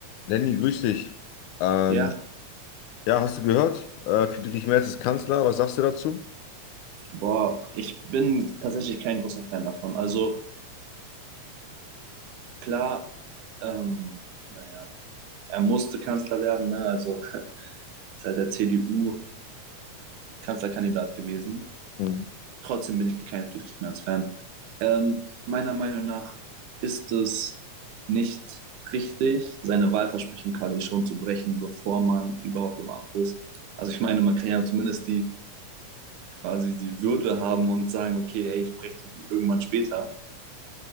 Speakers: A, on the left (about 80°); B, on the right (about 80°).
A: Lenny, grüß dich. Ähm,
B: Ja,
A: ja, hast du gehört? Äh, Friedrich Merz ist Kanzler. Was sagst du dazu?
B: boah, ich bin tatsächlich kein großer Fan davon. Also klar, ähm, naja, er musste Kanzler werden, ne? Also <laughs> ist halt der CDU Kanzlerkandidat gewesen.
A: Mhm.
B: Trotzdem bin ich kein Friedrich Merz Fan. Ähm, meiner Meinung nach ist es nicht richtig, seine Wahlversprechen quasi schon zu brechen, bevor man überhaupt im Amt ist. Also ich meine, man kann ja zumindest die quasi die Würde haben und sagen, okay, ey, ich breche die irgendwann später.